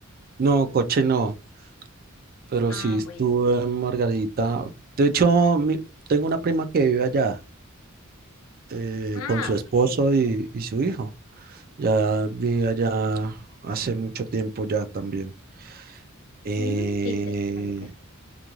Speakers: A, on the right; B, on the left.
A: no, coche no. Pero
B: Ah,
A: sí estuve
B: bueno.
A: en Margarita. De hecho, mi- tengo una prima que vive allá eh,
B: Ah,
A: con su esposo
B: ok.
A: y, y su hijo. Ya vivía allá hace mucho tiempo ya también. Eh,
B: Mm, qué interesante.